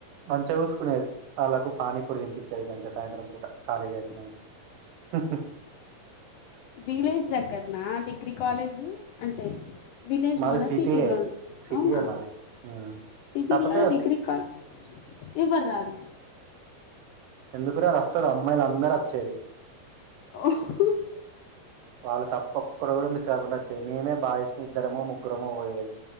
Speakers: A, on the right; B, on the left.
A: మంచిగా చూసుకునేది వాళ్ళకు పానీపూరి తినిపిచ్చెది గంతే సాయంత్రం పూట కాలేజ్ అయిపోయినంక హ
B: విలేజ్ దగ్గరనా డిగ్రీ కాలేజు అంటే విలేజ్
A: మాది
B: లోన,
A: సిటీయే
B: సిటీ లోన
A: సిటీయే
B: అవునా
A: మాది ఉమ్
B: సిటీ
A: కాకపోతే
B: లోనే డిగ్రీ
A: సి
B: కాలేజ్ ఎవ్వరు రారు
A: ఎందుకురారు అస్తడు అమ్మాయిల అందరు వచ్చేది
B: ఓహో
A: వాళ్ళు తప్ప కుక్కరు కూడా మిస్ కాకుండా వచ్చాది మేమే బాయస్ము ఇద్దరమో ముగ్గురమో పోయేది